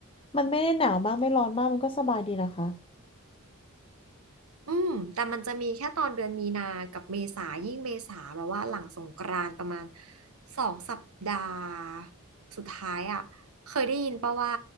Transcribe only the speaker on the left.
มันไม่ได้หนาวมากไม่ร้อนมากมันก็สบายดีนะคะ